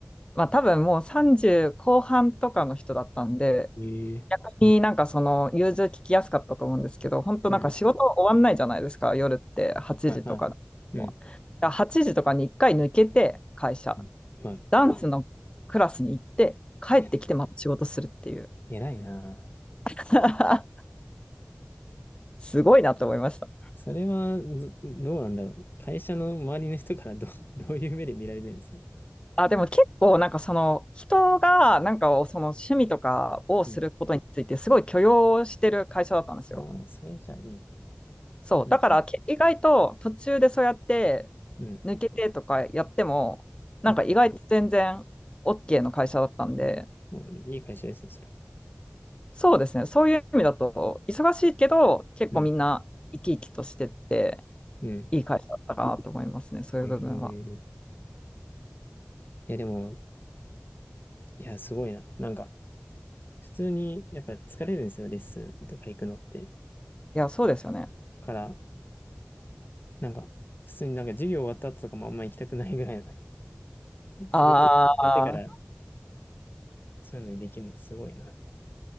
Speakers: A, on the left; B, on the left.
A: まあ、多分もう30後半とかの人だったんで、
B: えー、
A: 逆になんかその融通聞きやすかったと思うんですけど、本当なんか仕事終わんないじゃないですか、
B: うん。
A: 夜って8時とかでも。
B: はい、はい。うん。
A: だから8時とかに1回抜けて会社、
B: うんはい。
A: ダンスのクラスに行って帰ってきてまた仕事するっていう。
B: いや、偉いな。
A: <laughs> すごいなと思いました。
B: それはず、どうなんだろう。会社の周りの人からどう、<laughs> どういう目で見られるんですか
A: あ、でも結構なんかその人がなんかその趣味とかをすることについてすごい許容してる会社だったんですよ。
B: うん。ああ、それはじゃあいいね。
A: そう。
B: うん、
A: だから、け意外と途中でそうやって
B: うん、
A: 抜けてとかやっても、なんか意外と全然
B: うん。
A: OK の会社だったんで、
B: うんうんいい会社ですね、それは。
A: そうですね。そういう意味だと、忙しいけど、結構みんな生き生きとしてって、
B: うん、うん。
A: いい会社だったかなと思いますね。そういう部分は。
B: えー、いや、でも、いや、すごいな。なんか、普通に、やっぱ疲れるんですよ、レッスンとか行くのって。
A: いや、そうですよね。
B: から、なんか、普通になんか授業終わった後とかもあんま行きたくないぐらいの <laughs> 仕事やってから、
A: ああ、
B: そういうのにできるのすごいな。